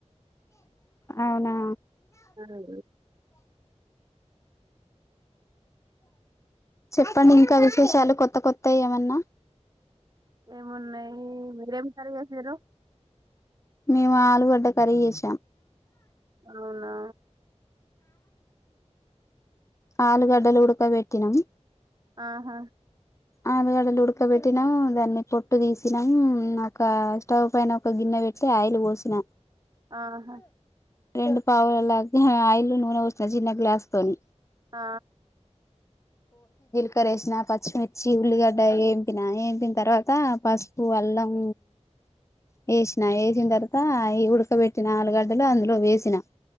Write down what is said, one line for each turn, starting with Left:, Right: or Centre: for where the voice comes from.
Left: అవునా
Right: అవు
Left: చెప్పండి ఇంకా విశేషాలు కొత్త కొత్త ఏమన్నా
Right: ఏమున్నాయి మీరేం కర్రీ చేసిరు
Left: మేము ఆలుగడ్డ కర్రీ చేసాం
Right: అవునా
Left: ఆలుగడ్డలు ఉడక పెట్టినాం
Right: ఆహా
Left: ఆలుగడ్డలు ఉడకబెట్టినాము దాన్ని పొట్టు తీసినాము ఒక స్టవ్ పైన ఒక గిన్నె పెట్టి ఆయిల్ పోసిన
Right: ఆహా
Left: రెండు పావులలా ఆయిలో నూనె పోసిన చిన్న గ్లాస్ తోని
Right: ఆ
Left: కర <unintelligible> వేసిన పచ్చిమిర్చి ఉల్లిగడ్డ వేంపిన వేంపిన తర్వాత పసుపు అల్లం వేసిన వేసిన తర్వాత ఉడకబెట్టిన ఆలుగడ్డలు అందులో వేసిన